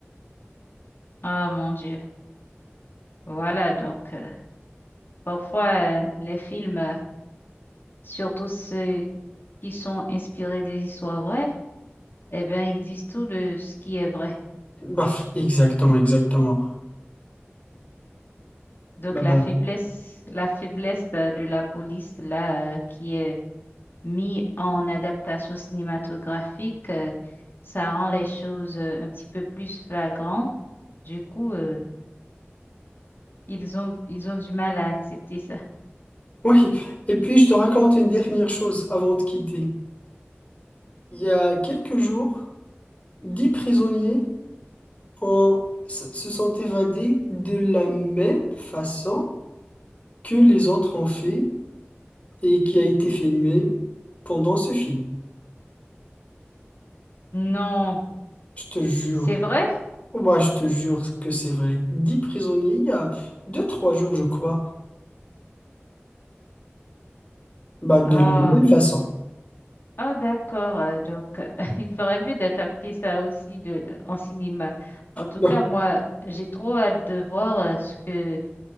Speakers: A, on the left (about 55°); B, on the left (about 30°).
A: Oh mon Dieu. Voilà, donc, euh, parfois, euh, les films, euh, surtout ceux qui sont inspirés des histoires vraies, eh bien, ils disent tout de ce qui est vrai.
B: Baf, exactement, exactement.
A: Donc,
B: Bah,
A: la faiblesse, la faiblesse euh, de la police, là, euh, qui est mis en adaptation cinématographique, euh, ça rend les choses euh, un petit peu plus flagrantes. Du coup, euh, ils ont, ils ont du mal à accepter ça.
B: oui. Et puis, je te raconte une dernière chose avant de quitter. Il y a quelques jours, dix prisonniers ont- se se sont évadés de la même façon que les autres ont fait et qui a été filmé pendant ce film.
A: Non,
B: Je te jure.
A: c'est vrai?
B: Moi, je te jure que c'est vrai. Dix prisonniers, il y a deux, trois jours, je crois. Bah, de
A: Ah,
B: la même façon.
A: ah, d'accord. euh, Donc, euh, <laughs> il ferait mieux d'adapter ça aussi de, en cinéma. En tout
B: Bah,
A: cas, moi, j'ai trop hâte de voir euh, ce que